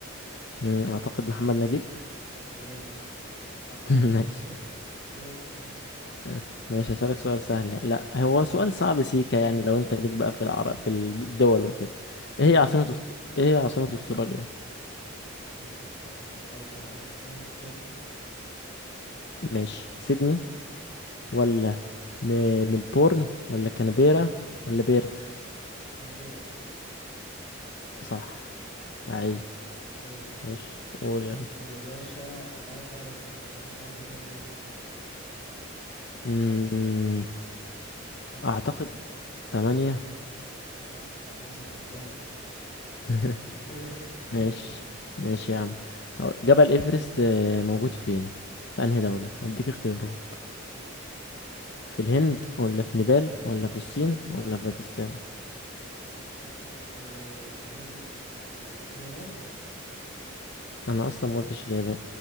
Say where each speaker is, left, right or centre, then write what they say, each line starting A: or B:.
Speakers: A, on the left; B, on the left.
A: مم، اعتقد محمد نجيب
B: جامد صح
A: <laughs> ماشي
B: دورك يا باشا
A: آه، ماشي هسألك سؤال سهل لا هو سؤال صعب سيكا يعني لو انت ليك بقى في العرب في الدول وكده
B: قول
A: ايه هي عاصمة أست... ايه هي عاصمة استراليا
B: عاصمة استراليا ده سؤال صعب يا اسطى اللي اختيارها
A: ماشي سيدني ولا م... ملبورن ولا كانبيرا ولا بيرث
B: كامبيرا
A: صح لعيب
B: أخويا
A: ماشي قول
B: بص
A: يلا
B: يا باشا أنا عايز أعرف العنكبوت عنده كام رجل
A: أمم،
B: ها؟
A: اعتقد تمانية
B: صح يا باشا فنان
A: <laughs>
B: <laughs> دورك
A: ماشي ماشي يا عم هقول جبل ايفرست آه، موجود فين في انهي دولة هديك اختيارات
B: قول يا حبيبي
A: في الهند ولا في نيبال ولا في الصين ولا في باكستان
B: إيفرست آه الهند آه الياب- اليابان
A: انا اصلا ما قلتش اليابان